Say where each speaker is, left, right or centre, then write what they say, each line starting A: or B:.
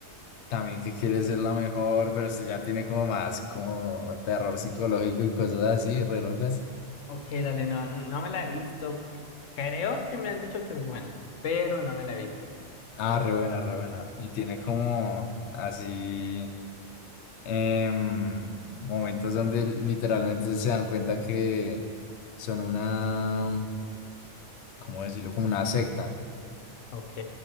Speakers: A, on the left; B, on the left.
A: también que quiere ser la mejor, pero se ya tiene como más como terror psicológico y cosas así, re locas.
B: Ok, dale, no, no me la he visto. Creo que me han dicho que es buena, pero no me la he visto.
A: Ah, re buena, re buena. Y tiene como así em, momentos donde literalmente se dan cuenta que son una, ¿cómo decirlo? Como una secta.
B: Ok.